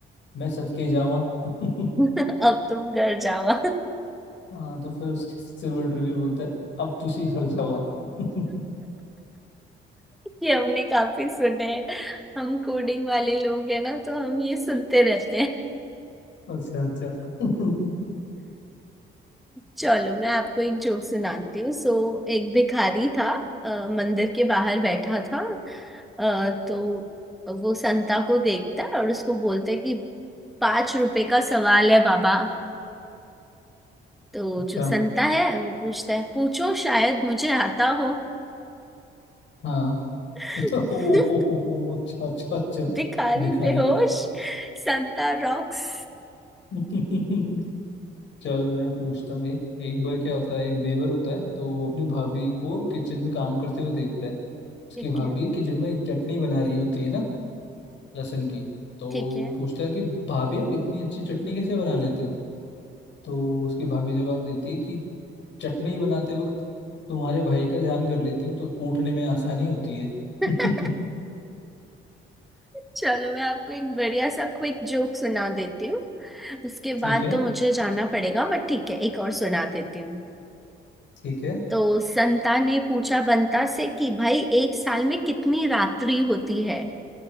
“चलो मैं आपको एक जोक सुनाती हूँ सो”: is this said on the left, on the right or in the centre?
Centre